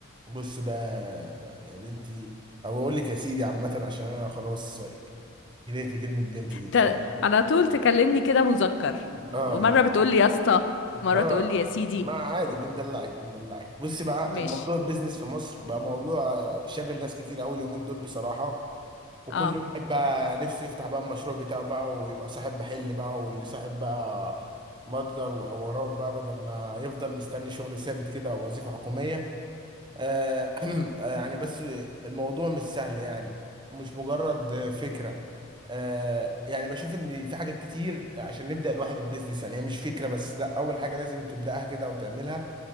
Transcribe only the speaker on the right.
بص بقى يا بنتي او اقول لك يا سيدي عامه عشان انا خلاص جريت كلمه بنتي دي بسرعه
اه
يعني
اه
ما عادي بندلعك بندلعك بص بقى
الموضوع البيزنس في مصر بقى موضوع آه، شاغل ناس كتير قوي اليومين دول بصراحه وكل
واحد بقى نفسه يفتح بقى المشروع بتاعه بقى ويبقى صاحب محل بقى واللي صاحب بقى متجر وحوارات بقى بدل ما يفضل مستني شغل ثابت كده او وظيفه حكوميه آه، <clears throat> يعني بس الموضوع مش سهل يعني مش مجرد فكرة آه، يعني بشوف ان في حاجات كتير عشان نبدأ الواحد البيزنس يعني هي مش فكرة بس لا اول حاجة لازم تبدأها كده او تعملها